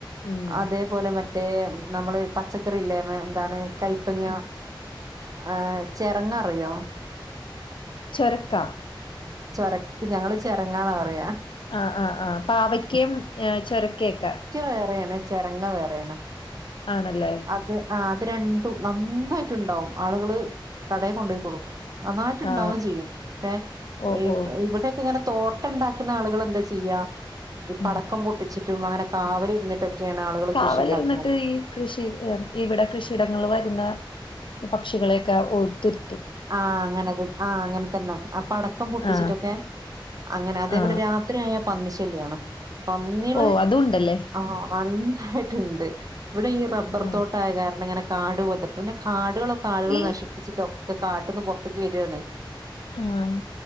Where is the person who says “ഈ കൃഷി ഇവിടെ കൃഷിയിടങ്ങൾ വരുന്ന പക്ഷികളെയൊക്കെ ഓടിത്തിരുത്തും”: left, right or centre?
Left